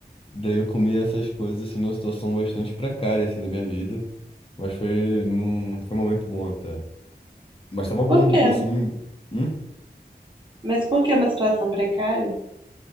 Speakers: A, on the left; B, on the right.
A: Daí eu comi essas coisas assim numa situação bastante precária assim da minha vida, mas foi num, foi um momento bom até. Mas tava bom,
B: Por quê?
A: assim, hum?
B: Mas por que uma situação precária?